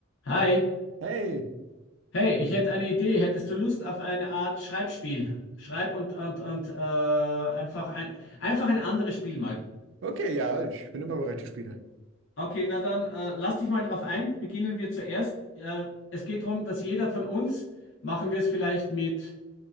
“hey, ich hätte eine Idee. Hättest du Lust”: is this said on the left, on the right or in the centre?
Left